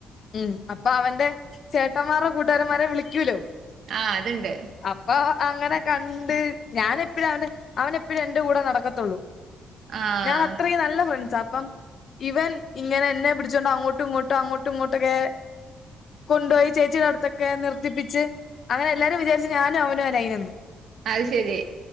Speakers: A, on the left; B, on the right.
A: ഉം. അപ്പൊ അവന്റെ ചേട്ടമ്മാരോ കൂട്ടുകാരമ്മാരോ വിളിക്കൂലോ
B: ആഹ്, അത്ണ്ട്.
A: അപ്പൊ അങ്ങനെ കണ്ട് ഞാനെപ്പഴും അവന്റെ അവനെപ്പഴും എന്റെ കൂടെ നടക്കത്തോള്ളൂ.
B: ആഹ്
A: ഞാ <unintelligible> അത്രീം നല്ല ഫ്രണ്ട്സാ. അപ്പം ഇവൻ ഇങ്ങനെ എന്നെ പിടിച്ചോണ്ട് അങ്ങോട്ടും ഇങ്ങോട്ട അങ്ങോട്ടും ഇങ്ങോട്ടൊക്കെ കൊണ്ടോയി ചേച്ചിടെ അട്ത്തൊക്കെ നിർത്തിപ്പിച്ച് അങ്ങനെ എല്ലാരും വിചാരിച്ച് ഞാനും അവനുഅ ലൈനെന്ന്.
B: അയ് ശെരി.